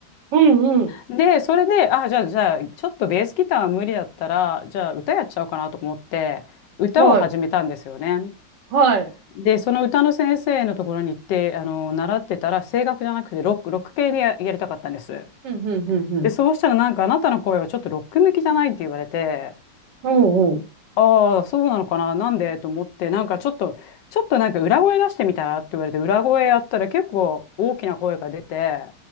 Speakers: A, on the right; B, on the left.
A: うんうん。
B: で、それで、あ、じゃあ、じゃあ、ちょっとベースギターは無理だったら、じゃあ、歌やっちゃおうかなと思って、歌を始めたんですよね。
A: はい。はい。
B: で、その歌の先生のところに行って、あの、習ってたら、声楽じゃなくて、ロック、ロック系でや、やりたかったんです。
A: うんうんうんうん。
B: で、そうしたら、なんか、あなたの声はちょっとロック向きじゃないって言われて、
A: おうおう。
B: ああ、そうなのかな、なんでと思って、なんか、ちょっと、ちょっとなんか、裏声出してみたらって言われて、裏声やったら、結構大きな声が出て、